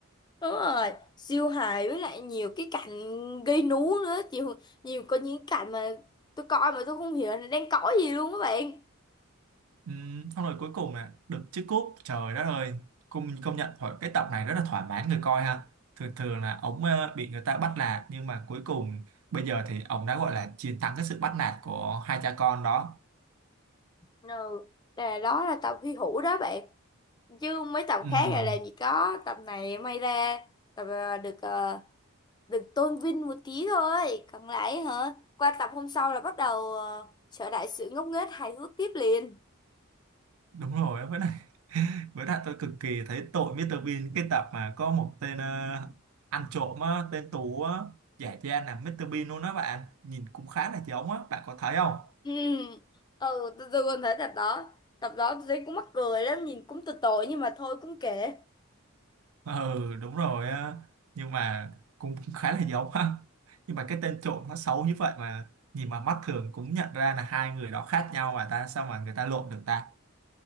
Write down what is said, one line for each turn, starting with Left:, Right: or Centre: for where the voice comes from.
Left: đúng rồi siêu hài với lại nhiều cái cảnh gây nú nữa nhiều nhiều có những cảnh mà tôi coi mà tôi không hiểu là đang cõi gì luôn các bạn
Right: Ừm, xong rồi cuối cùng là được chiếc cúp trời đất ơi công công nhận thôi cái tập này rất là thỏa mãn người coi ha thường thường là ống ờ, bị người ta bắt nạt nhưng mà cuối cùng bây giờ thì ông đã gọi là chiến thắng cái sự bắt nạt của hai cha con đó
Left: ừ là đó là tập hy hữu đó bạn chứ mấy tập
Right: Ừm,
Left: khác là làm gì có tập này may ra tập ờ, được ờ, được tôn vinh một tí thôi còn lại hả qua tập hôm sau là bắt đầu ờ, trở lại sự ngốc nghếch hài hước tiếp liền
Right: đúng rồi với lại Với lại tôi cực kỳ thấy tội Mr. Bean cái tập mà có một tên ờ, ăn trộm á, tên Tú á, giả trang là Mr. Bean luôn đó bạn. Nhìn cũng khá là giống á, bạn có thấy không?
Left: ừ ừ tôi, tôi còn thấy tập đó tập đó tôi thấy cũng mắc cười lắm nhìn cũng tội tội nhưng mà thôi cũng kệ
Right: Ừ, đúng rồi á. Nhưng mà cũng <laughs> khá là giống á. Nhưng mà cái tên trộm nó xấu như vậy mà nhìn mà mắt thường cũng nhận ra là hai người đó khác nhau mà ta sao mà người ta lộn được ta?